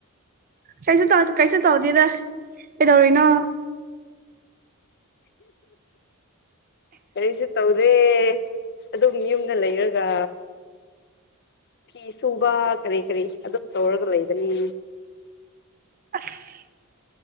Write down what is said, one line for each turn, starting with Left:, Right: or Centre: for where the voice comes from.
Right: ꯀꯩꯖꯨ ꯇꯧꯗꯦ ꯀꯩꯁꯨ ꯇꯧꯗꯦꯗ ꯀꯩꯗꯧꯔꯤꯅꯣ
Left: ꯀꯔꯤꯁꯨ ꯇꯧꯗꯦ ꯑꯗꯨꯝ ꯌꯨꯝꯗ ꯂꯩꯔꯒ ꯐꯤ ꯁꯨꯕ ꯀꯔꯤ ꯀꯔꯤ ꯑꯗꯨꯝ ꯇꯧꯔꯒ ꯂꯩꯕꯅꯦ
Right: ꯑꯁ